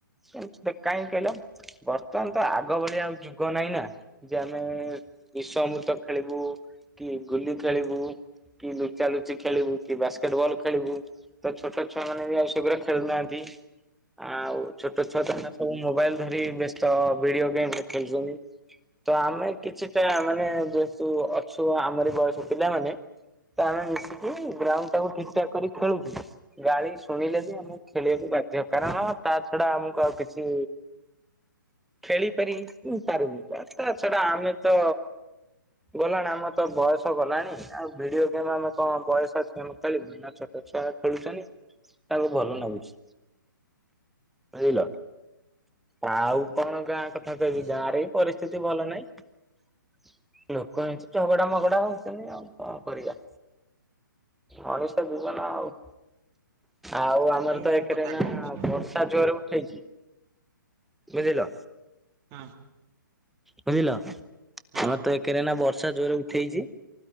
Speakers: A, in the centre; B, on the right.
A: କାହିଁକି କହିଲ ବର୍ତ୍ତମାନ ତ ଆଗ ଭଳିଆ ଆଉ ଯୁଗ ନହିଁ ନା ଯେ ଆମେ ବିଷମୃତ ଖେଳିବୁ କି ଗୁଲି କଳିବୁ କି ଲୁଚା ଲୁଚି ଖେଳିବୁ କି ବାସ୍କେଟ ବଲ ଖେଳିବୁ, ତ ଛୋଟ ଛୁଆ ମାନେ ବି ଆଉ ସବୁରେ ଖେଳୁନାହାନ୍ତି। ଆଉ ଛୋଟ ଛୋ ମ ସବୁ ମୋବାଇଲ ଧରି ବସ୍ତ ଭିଡିଓ ଗେମରେ ଖେୁଛନ୍ତି ତ ଆମେ କିଛିଟା ମାନେ ଯେହେତୁ ଅଛୁ ଆମରି ବୟସ ପିଲାମାନେ ତ ଆମେ ମିଶିକି ଗ୍ରାଉଣ୍ଡ ଟାକୁ ଠିକ ଠାକ କରିିକ ଖେଳୁଛୁ ଗାଳି ଶୁଣିଲେ ବି ଆମକୁ ଖେଳିବାକୁ ବାଧ୍ୟ କାରଣ ତା ଛଡା ଆମକୁ ଆଉ କିଛି ଖେଳି ପାରି ପାରୁନି ତା ଛଡା ଆମେ ତ ଗଲାଣି ଆମର ତ ବୟସ ଗଲାଣି ଆଉ ଭିଡିଓ ଗେମ ଆମେ କଣ ବୟସ ଛ ଖାଲି ଭନା ଛୋଟ ଛୁଆ ଖେଳୁଛନ୍ତି ତାଙ୍କୁ ଭଲ ଲାଗୁଛି ବୁଝିଲ। ଆଉ କଣ ଗାଁ କଥା କହିବି
B: ବସି-
A: ଗାଁ ରେ ବି ପରିସ୍ଥିତି ଭଲ ନହିଁ ଲୋକ ଏତି ଝଗଡା ମଗଡା ହଉଛନ୍ତି ଆଉ କଣ କରିବା ହଣିଷା ଯିବ ନା ଆଉ ଆଉ ଆମର
B: ମୁଁ
A: ତ
B: ମୋ
A: ଏଥିରେ
B: କଥା
A: ନା
B: କହୁଛି
A: ବର୍ଷା ଜୋରେ ଉଠେଇଛି ବୁଝିଲ
B: ହଁ।
A: ବୁଝିଲ ଆମର
B: ହଁ
A: ତ ଏକରେ ନା ବର୍ଷା ଜୋରେ ଉଠିଇଛି